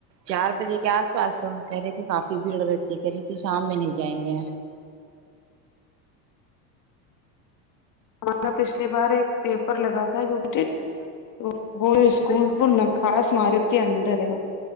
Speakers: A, on the right; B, on the left.
A: چار بجے کے آس پاس تو کہہ رہے تھے کافی بھیڑ رہتی کر رہی تھی شام میں نہیں جائیں گے
B: ہمارا پچھلی بار ایک پیپر لگا تھا جو تو وہ اسکول ناکخاص مارٹ کے اندر ہے